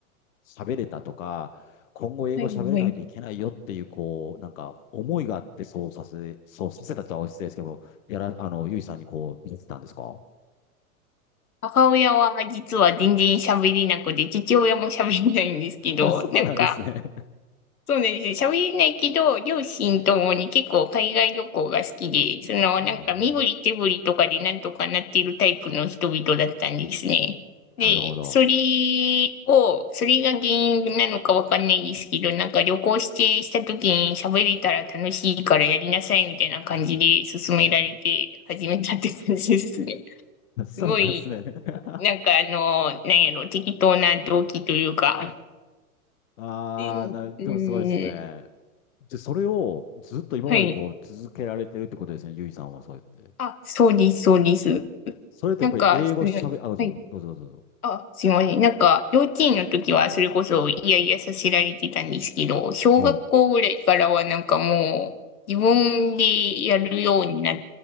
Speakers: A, on the left; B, on the left.
A: 喋れたとか、今後英語喋れないといけないよっていう、
B: はい、はい。
A: こう、なんか思いがあってそうさせ、そうさせたとは失礼ですけど、やら、あの、ゆいさんにこう見せてたんですか
B: 母親は実は全然喋れなくて、父親も喋れないんですけど、
A: あ、<laughs> そうなんですね。
B: <laughs> なんか、そうなんですよ。喋れないけど、両親ともに結構海外旅行が好きで、その、
A: あ
B: なんか身振り手振りとかでなんとかなっているタイプの人々だったんですね。で、
A: あ、なるほど。
B: それを、それが原因なのかわかんないですけど、なんか旅行してした時に喋れたら楽しいからやりなさいみたいな感じで勧められて始めたって感じですね。
A: そうなんですね。
B: すごい
A: <laughs>
B: なんかあの、なんやろ、適当な動機というか。
A: ああ、
B: うん、
A: な、でもすごいですね。
B: うん、
A: で、それをずっと今までこう続けられてるってことですね、
B: はい。
A: ゆいさんはそうやって。
B: あ、そうです、そうです。
A: それってやっぱり英語喋、
B: なんか、その、
A: あ、どうぞどうぞどうぞどうぞ。
B: はい。あ、すいません。なんか、幼稚園の時はそれこそ、いやいやさせられてたんですけど、小学校ぐらいからはなんかもう、
A: はい。
B: 自分でやるようになっ